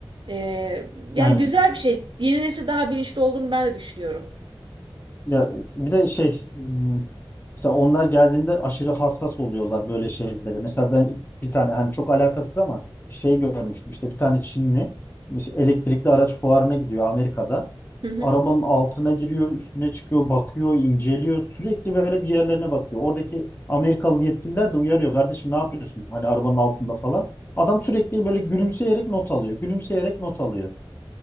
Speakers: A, on the right (about 65°); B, on the left (about 25°).
A: E, yani
B: Aynen.
A: güzel bir şey. Yeni nesil daha bilinçli olduğunu ben de düşünüyorum.
B: Ya bir de şey m, mesela onlar geldiğinde aşırı hassas oluyorlar böyle şeylere. Mesela ben bir tane hani çok alakasız ama şey görmüştüm işte bir tane Çinli işte elektrikli araç fuarına gidiyor Amerika'da.
A: Hı hı.
B: Arabanın altına giriyor, üstüne çıkıyor, bakıyor, inceliyor. Sürekli böyle bir yerlerine bakıyor. Oradaki Amerikalı yetkililer de uyarıyor. Kardeşim ne yapıyorsun? Hani arabanın altında falan. Adam sürekli böyle gülümseyerek not alıyor. Gülümseyerek not alıyor.